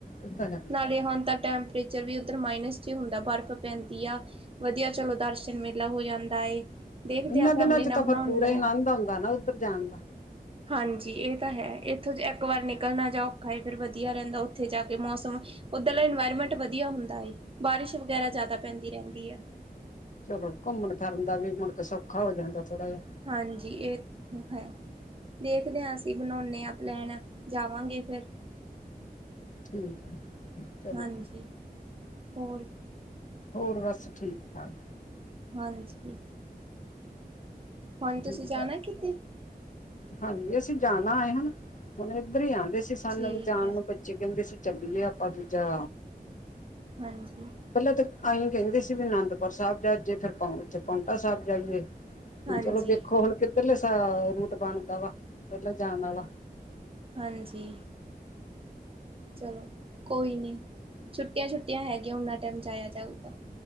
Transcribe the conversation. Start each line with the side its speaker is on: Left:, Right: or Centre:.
Left: ਇਹ ਤਾਂ ਹੈ।
Right: ਨਾਲੇ ਹੁਣ ਤਾਂ ਟੈਂਮਪਰੇਚਰ ਵੀ ਉੱਧਰ ਮਾਈਨਸ ਚ ਹੁੰਦਾ ਬਰਫ਼ ਪੈਂਦੀ ਆ ਵਧੀਆ ਚਲੋ ਦਰਸ਼ਨ ਮੇਲਾ ਹੋ ਜਾਂਦਾ ਏ। ਦੇਖਦੇ
Left: ਇਹਨਾਂ
Right: ਹਾਂ ਫੈਮਿਲੀ
Left: ਦਿਨਾਂ ਚ
Right: ਨਾਲ
Left: ਤਾਂ
Right: ਬਣਾਉਂਦੇ
Left: ਫਿਰ ਪੂਰਾ ਈ
Right: ਹਾਂ।
Left: ਆਨੰਦ ਆਉਂਦਾ ਨਾ ਉੱਧਰ ਜਾਣ ਦਾ।
Right: ਹਾਂਜੀ ਇਹ ਤਾਂ ਹੈ ਇੱਥੋਂ ਜੇ ਇੱਕ ਵਾਰ ਨਿਕਲਣਾ ਜਾ ਔਖਾ ਏ ਫੇਰ ਵਧੀਆ ਰਹਿੰਦਾ ਉਥੇ ਜਾ ਕੇ ਮੌਸਮ ਪਹਿਲਾਂ ਇਨਵਾਇਰਮੈਂਟ ਵਧੀਆ ਹੁੰਦਾ ਏ ਬਾਰਿਸ਼ ਵਗੈਰਾ ਜ਼ਿਆਦਾ ਪੈਂਦੀ ਰਹਿੰਦੀ ਆ।
Left: ਚਲੋ ਘੁੰਮਣ ਫਿਰਨ ਦਾ ਵੀ ਮੁੜ ਕੇ ਸੌਖਾ ਹੋ ਜਾਂਦਾ। ਥੋੜਾ ਜਿਹਾ
Right: ਹਾਂਜੀ ਇਹ ਹੈ। ਦੇਖਦੇ ਆ ਅਸੀਂ ਬਣਾਉਣੇ ਆ ਪਲੈਨ ਜਾਵਾਂਗੇ ਫਿਰ।
Left: ਹੂੰ, ਚਲੋ।
Right: ਹਾਂਜੀ ਹੋਰ
Left: ਹੋਰ ਬਸ ਠੀਕ ਠਾਕ
Right: ਹਾਂਜੀ। ਹੁਣ ਤੁਸੀਂ
Left: ਠੀਕ
Right: ਜਾਣਾ
Left: ਹੈ
Right: ਅ ਕਿਤੇ?
Left: ਹਾਂਜੀ ਅਸੀਂ ਜਾਣਾ ਏ ਹੁਣ ਏਧਰ ਈਓ ਆਣਦੇ ਸੀ ਸਾਨੂੰ
Right: ਠੀਕ
Left: ਵੀ ਜਾਣ
Right: ਹੈ
Left: ਨੂੰ ਬੱਚੇ ਕਹਿੰਦੇ ਸੀ ਛੱਡੀਏ ਆਪਾਂ ਦੂਜਾ
Right: ਹਾਂਜੀ।
Left: ਪਹਿਲਾਂ ਤਾਂ ਅਈ ਕਹਿੰਦੇ ਸੀ ਵੀ ਅਨੰਦਪੁਰ ਸਾਹਿਬ ਜਾ ਜੇ ਫਿਰ ਪਾਉਂਟਾ ਸਾਹਿਬ ਜਾਈਏ।
Right: ਹਾਂਜੀ,
Left: ਚਲੋ ਵੇਖੋ ਹੁਣ ਕਿੱਧਰਲੇ ਸਅ ਰੂਟ ਬਣਦਾ ਵਾ ਪਹਿਲਾਂ ਜਾਣ ਆਲਾ।
Right: ਹਾਂਜੀ। ਚਲੋ ਕੋਈ ਨੀ ਛੁੱਟੀਆਂ ਛੁੱਟੀਆਂ ਹੈਗੀਆਂ ਨਾਉਨਾ ਟਾਈਮ ਜਾਇਆ ਜਾਊਗਾ।